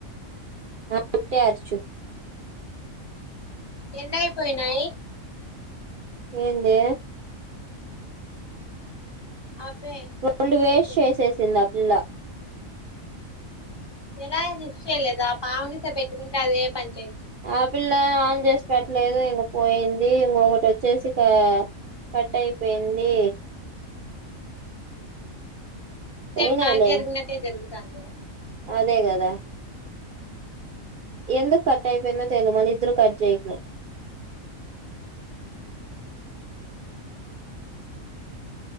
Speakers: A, on the right; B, on the left.
A: అంతే అరుచు
B: ఎన్నయిపోయినయి
A: ఏందే
B: అవే సబ్మిట్
A: రెండు వేస్ట్
B: చేసేది
A: చేసేసింది ఆ పిల్ల
B: ఎలా లిఫ్ట్ చేయలేదా పావనితో పెట్టుకుంటే అదే పంచాయతీ
A: ఆ పిల్ల ఆన్ చేసి పెట్లేదు ఇంక పోయింది ఇంకొకటి వచ్చేసి పా కట్ అయిపోయింది
B: సేమ్
A: పోయినాయిలే
B: నాకు జరిగినట్టే జరుగుతాంది
A: అదే కదా ఎందుకు కట్ అయిపోయిందో తేలిదు మళ్లీ ఇద్దరు కట్ చేయట్లే